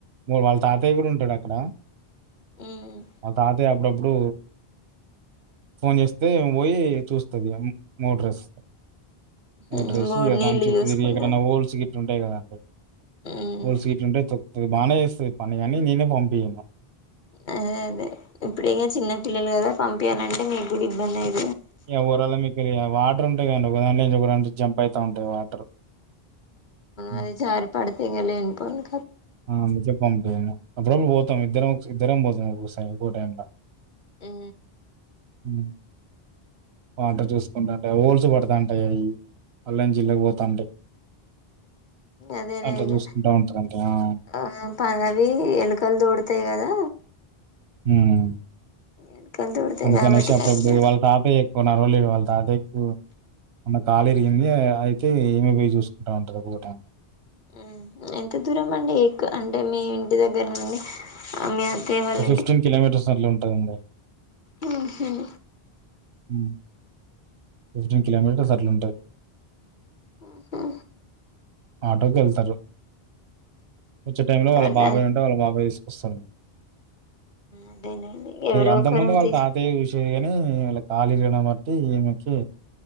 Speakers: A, on the right (about 80°); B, on the left (about 50°).
A: వాళ్ళ తాతయ్య కూడ ఉంటాడు అక్కడ
B: మ్మ్
A: వాళ్ళ తాతయ్య ఇప్పుడు ఫోన్ చేస్తే పోయి చూస్తది మోట్రెస్ మోట్రెసి
B: మ్మ్ బోర్ నీళ్ళు
A: దాని చుట్టూ
B: చూసుకుంటాం
A: తిరిగి ఎక్కడైన్నా హోల్స్ గిట్లు ఉంటాయి కదా
B: మ్మ్
A: సీట్ ఉంటే చెప్తది బాగానే చేేస్తుంది పని అని ననే పంపియను
B: అదే అదే ఇప్పుడు ఇం చిన్న పిల్లలు కదా పంపించయాలంటే మీకు కూడా ఇబ్బంది అయి
A: యే ఊరోళ్లమైతే యే వాట్ వాటర్ ఉంటాయి కానీ ఒక దాం నుంచి ఒక జంప్ అయిత ఉంటాయి వాటర్ హ్మ్.
B: అది జారి పడితే ఇంగ లేని పోని
A: ఆ చెప్పాంటేే అప్పుడు పోతాం ఇద్దరం ఇద్దరేం పోతాం ఒ ఒక్కకో టైం లో
B: హు
A: హు వాటర్ చూసుకుంటాంటే ఓల్సు పడతాంటా అవి అల్లాంచి ఇలాకి పోతాంటే
B: అదేలే
A: అట్ల
B: ఇగ
A: చూసుకుంటా <unintelligible>
B: ఆ ఆవి ఎలుకలు దోడతాయి కదా
A: ఉమ్
B: ఎలుకలు దోడుతాయి
A: అందుకనేసే
B: కాబట్టి
A: అప్పుడప్పుడు
B: ఖచ్చితంగా
A: వాళ్ళ తాత ఎక్కువ నడవలేడు వాళ్ళ తాత ఎకు మొన్న కాలురిగింది అయితే ఏమ పోయి చూసుకుంటా ఉంటది ఒకో టైమ్
B: ఉమ్ ఎంత దూరం అండి ఎకు అంటే మీ ఇంటి దగ్గర నుండి మీ అత్తయ్య వాళ్ళ
A: ఒక ఫిఫ్టీన్ కిలోమీటర్స్ అట్లా ఉంటుందండి
B: ఉమ్ హ్మ
A: హ్మ్ ఫిఫ్టీన్ కలోమీటర్స్ అట్లా ఉంటాది
B: హ్మ్ హ్మ
A: ఆటోకి వెళ్తారు వచ్చే టైమ్ లో వాళ్ళ
B: అట
A: బాబాయ్ ఉంటే వాళ్ళ బాబాయ్ వస్తారు
B: అదేలేండి ఎవరో
A: అంతక
B: ఒకరు
A: ముందు వాళ్ళు
B: తీసు
A: తాతయ్య చూసే ఉమ్ ఇమిల కాలిగినమట్టి ఈమెకి